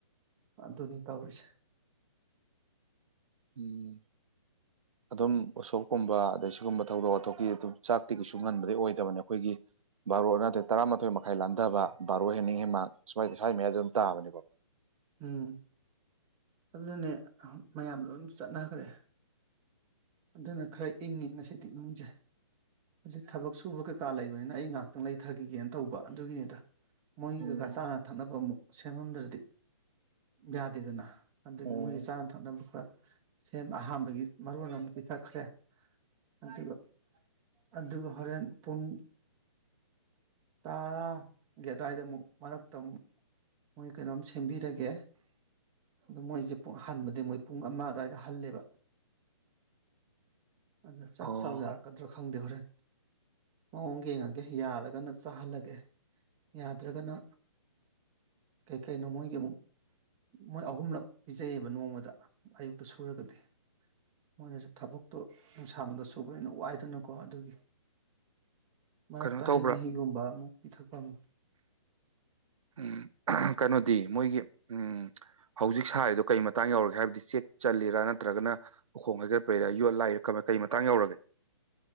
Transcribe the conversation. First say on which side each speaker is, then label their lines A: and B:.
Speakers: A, on the right; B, on the right.
A: ꯑꯗꯨꯅꯤ ꯇꯧꯔꯤꯁꯦ
B: ꯎꯝ ꯑꯗꯨꯝ ꯎꯁꯣꯞꯀꯨꯝꯕ ꯑꯗꯩ ꯁꯤꯒꯨꯝꯕ ꯊꯧꯗꯣꯛ ꯋꯥꯊꯣꯛꯀꯤ ꯑꯗꯨꯝ ꯆꯥꯛꯇꯤ ꯀꯩꯁꯨ ꯉꯟꯕꯗꯤꯩ ꯑꯣꯏꯗꯕꯅꯦ ꯑꯩꯈꯣꯏꯒꯤ ꯕꯥꯔꯣ ꯑꯃ ꯅꯠꯇ꯭ꯔꯦ ꯇꯔꯥꯃꯥꯊꯣꯏ ꯃꯈꯥꯏ ꯂꯥꯟꯊꯕ ꯕꯥꯔꯣ ꯍꯦꯟꯅꯤꯡ ꯍꯦꯟ ꯃꯥ ꯁꯨꯋꯥ ꯁ꯭ꯋꯥꯏ ꯃꯌꯥꯗ ꯑꯗꯨꯝ ꯇꯥꯕꯅꯤꯀꯣ
A: ꯎꯝ ꯑꯗꯨꯅꯦ ꯃꯌꯥꯝ ꯂꯣꯏ ꯆꯠꯅꯈ꯭ꯔꯦ ꯑꯗꯨꯅ ꯈꯔ ꯏꯪꯉꯤ ꯉꯁꯤꯗꯤ ꯏꯃꯨꯡꯁꯦ ꯍꯧꯖꯤꯛ ꯊꯕꯛ ꯁꯨꯕ ꯀꯩꯀꯥ ꯂꯩꯕꯅꯤꯅ ꯑꯩ ꯉꯍꯥꯛꯇꯪ ꯂꯩꯊꯈꯤꯒꯦꯅ ꯇꯧꯕ ꯑꯗꯨꯒꯤꯅꯤꯗ ꯃꯣꯏꯒꯤ
B: ꯎꯝ
A: ꯀꯀꯥ ꯆꯥꯅ ꯊꯛꯅꯕ ꯑꯃꯨꯛ ꯁꯦꯝꯃꯝꯗ꯭ꯔꯗꯤ ꯌꯥꯗꯦꯗꯅ ꯑꯗꯒꯤ
B: ꯑꯣ
A: ꯃꯣꯏꯒꯤ ꯆꯥꯅ ꯊꯛꯅꯕ ꯈꯔ ꯁꯦꯝ ꯑꯍꯥꯥꯟꯕꯒꯤ ꯃꯔꯣ ꯑꯃ ꯄꯤꯊꯛꯈ꯭ꯔꯦ ꯑꯗꯨꯒ ꯑꯗꯨꯒ ꯍꯣꯔꯦꯟ ꯄꯨꯡ ꯇꯔꯥꯒꯤ ꯑꯗꯨꯋꯥꯏꯗꯃꯨꯛ ꯃꯔꯛꯇ ꯑꯃꯨꯛ ꯃꯣꯏ ꯀꯩꯅꯣꯝ ꯁꯦꯝꯕꯤꯔꯒꯦ ꯑꯣ ꯃꯣꯏꯁꯦ ꯨꯡ ꯍꯥꯟꯕꯗꯤ ꯃꯣꯏ ꯄꯨꯡ ꯑꯃ ꯑꯗꯨꯋꯥꯏꯗ ꯍꯜꯂꯦꯕ ꯑꯗ ꯆꯥꯛ
B: ꯑꯣ
A: ꯆꯥꯎ ꯌꯥꯔꯛꯀꯗ꯭ꯔꯣ ꯈꯪꯗꯦ ꯍꯣꯔꯦꯟ ꯃꯑꯣꯡ ꯌꯦꯡꯉꯒꯦ ꯌꯥꯔꯒꯅ ꯆꯥꯍꯜꯂꯒꯦ ꯌꯥꯗ꯭ꯔꯒꯅ ꯀꯩꯀꯩꯅꯣ ꯃꯣꯏꯒꯤ ꯑꯃꯨꯛ ꯃꯣꯏ ꯑꯍꯨꯝꯂꯛ ꯄꯤꯖꯩꯌꯦꯕ ꯅꯣꯡꯃꯗ ꯑꯌꯨꯛꯇ ꯁꯨꯔꯒꯗꯤ ꯃꯣꯏꯅꯁꯨ ꯊꯕꯛꯇꯣ ꯅꯨꯡꯁꯥꯡꯕꯗ ꯁꯨꯕꯅ ꯋꯥꯏꯗꯅꯀꯣ ꯑꯗꯨꯒꯤ ꯃꯔꯛꯇ
B: ꯀꯩꯅꯣ ꯇꯧꯕ꯭ꯔꯥ
A: ꯍꯩ ꯃꯍꯤꯒꯨꯝꯕ ꯑꯃꯨꯛ ꯄꯤꯊꯛꯄ ꯑꯃ
B: ꯎꯝ ꯀꯩꯅꯣꯗꯤ ꯃꯣꯏꯒꯤ ꯎꯝ ꯍꯧꯖꯤꯛ ꯁꯥꯔꯤꯗꯣ ꯀꯔꯤ ꯃꯇꯥꯡ ꯌꯧꯔꯒꯦ ꯍꯥꯏꯕꯗꯤ ꯆꯦꯛ ꯆꯔꯥ ꯅꯠꯇ꯭ꯔꯒꯅ ꯎꯈꯣꯡ ꯍꯩꯒꯠꯄꯩꯔ ꯌꯣꯠ ꯂꯥꯏꯔꯛ ꯀ ꯀꯩ ꯃꯇꯥꯡ ꯌꯧꯔꯒꯦ